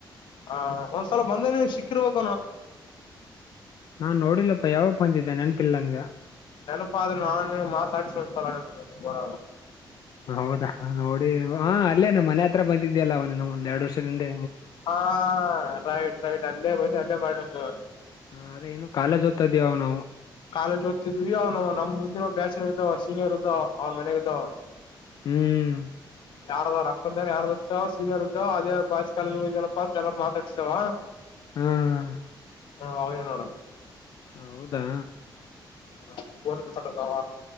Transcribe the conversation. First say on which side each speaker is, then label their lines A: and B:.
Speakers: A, on the left (about 75°); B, on the left (about 55°).
A: ಹಾ ಒಂದ್ಸಲ ಬಂದೇ ನೀನ್ ಸಿಕ್ಕಿರ್ಬೇಕ
B: ನಾನ್ ನೋಡಿಲ್ಲಪ್ಪ ಯಾವಪ್ಪ ಅಂದಿದ್ದೆ ನೆನಪಿಿಲ್ಲನ್ಗ
A: ನೆನಪಾ ಅದು ನಾನು ಮಾತಾಡಿ ನನ ಕೊರ
B: ಹೌದಾ ನೋಡಿ ಹ ಅಲ್ಲೇನು ಮನೆ ಹತ್ರ ಬಂದಿದ್ದ್ಯಲ್ಲ ಅವನುನು ಒಂದ್ೆರಡ್ ವರ್ಷದಿಂದ
A: ಹಾ ರೈಟ್ ರೈಟ್ ಅಲ್ಲೇ ಬಂದುಿ ಅಲ್ಲೇ ಮಾಡೊಂದು
B: ಹಾ ಅದೇ ನ್ನುನು ಕಾಲೇಜ್ ಓದ್ತ ಇದ್ದೀ ನಾವು
A: ಕಾಲೇಜ್ ಓದ್ತಿದ್ವಿ ಅವ ನಮ್ ಮುಂದಿನ ಬ್ಯಾಚಲರ್ ಇದಾವ ಸೀನಿಯರ್ ಇದ್ದ ಅವ್ರ ಮನೆಗ ಇದ್ದಾವ
B: ಹ್ಮ್
A: ಯಾರದವ್ ಅಕ್ಕಂದ ಯಾರ್ದತ ಸೀನಿಯರ್ ಇದ್ದಾವ ಅದೇ ಬಾ ಕಾಲನಪ್ಪ ಅ ಎಲ್ಲ ಮಾತಾಡಸ್ತೇವ
B: ಹ್ಮ್
A: ಹಾ ಹನ ನೋಡ
B: ಹೌದಾ
A: ಹ ಕನ್ ಕಸಟಕಾವ